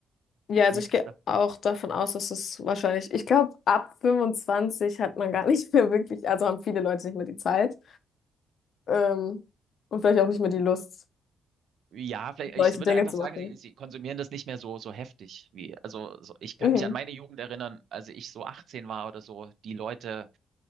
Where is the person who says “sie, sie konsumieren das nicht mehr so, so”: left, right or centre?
Right